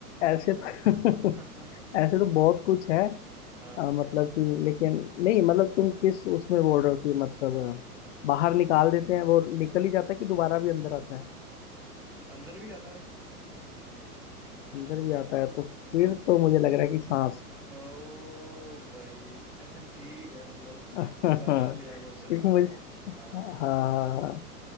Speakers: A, on the left (about 50°); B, in the centre.
A: ऐसे तो <laughs>
B: <laughs>
A: ऐसे तो बहुत कुछ है अ,
B: हाँ
A: मतलब कि लेकिन नहीं मतलब तुम किस उसमें बोल रहे हो कि मतलब अ, बाहर निकाल देते हैं वो निकल ही जाता है कि दोबारा भी अंदर आता है
B: अंदर भी आता है
A: अंदर भी आता है तो फिर
B: हाँ
A: तो मुझे लग रहा है कि सांस
B: ओ भाई <laughs> ठीक है मतलब
A: <laughs>
B: पकड़ लिया
A: क्योंकि
B: क्वेश्चन ना
A: मुझे हाँ
B: हाँ
A: हाँ हाँ। हाँ,